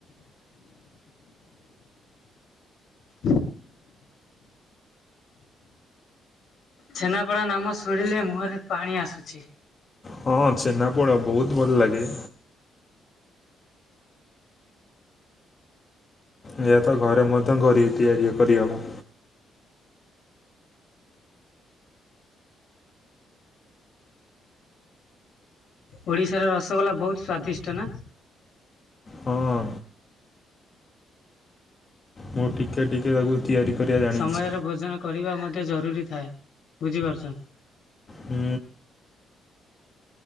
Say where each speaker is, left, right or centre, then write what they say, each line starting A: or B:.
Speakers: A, on the left (about 55°); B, on the left (about 25°).
A: <unintelligible> ଛେନାପେଡ଼ ନାମ ଶୁଣିଲେ ମୁହଁରେ ପାଣି ଆସୁଚି।
B: ହଁ ଛେନାପୋଡ଼ ବହୁତ ଭଲ ଲାଗେ। ଏହା ତ ଘରେ ମଧ୍ୟ ଘରି ତିଆରି କରିହେବ।
A: ଓଡ଼ିଶାର ରସଗୋଲା ବହୁତ ସ୍ଵାଦିଷ୍ଟ ନା।
B: ହଁ। ମୁଁ ଟିକେ ଟିକେ ତାକୁ ତିଆରି କରିବା ଜାଣିଛି
A: ସମୟରେ ଭୋଜନ କରିବା ମଧ୍ୟ ଜରୁରୀ ଥାଏ ବୁଝିପାରୁଛ।
B: ହୁଁ।